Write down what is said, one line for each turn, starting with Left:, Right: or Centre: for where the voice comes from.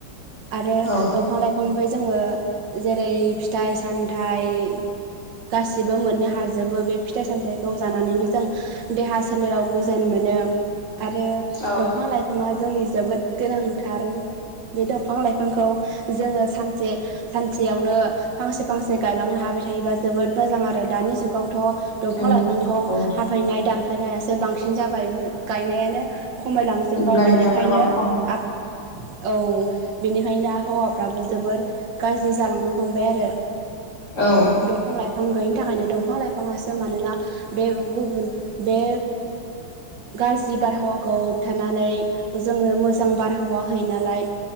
Right: आरो
Left: औ
Right: दंफां लाइफांनिफ्राय जोङो जेरै फिथाइ सामथाय गासिबो मोननो हाजोबो बे फिथाइ सामथायखौ जानानैबो जों देहा सोलेराव गोजोन मोनो नो आरो
Left: औ
Right: दंफां लाइफाङा जोंनि जोबोद गोनांथार बे दंफां लाइफांखौ जोङो सानसे सानसेयावनो फांसे फांसे गायलांनो हाबाय थायोबा जोबोद मोजां आरो दानि जुगाव थ' दंफां
Left: उम
Right: लाइफांखौ
Left: औ
Right: हाफायनाय दानफायनायासो बांसिन जाबाय बेफोर गायनायानो खमायलांजोब्बाय
Left: गायनाया
Right: बिनिखायनो
Left: गोबां खम
Right: आ औ बेनिखायनो आबहावाफ्राबो जोबोर गाज्रि जालांनो हमबाय आरो
Left: औ
Right: दंफां लाइफां गैयिनि थाखाय नो दंफां लाइफाङासो मानोना बे गुबुन बे गाज्रि बारहावाखौ होबथानानै जोंङो मोजां बारहावा होयो नालाय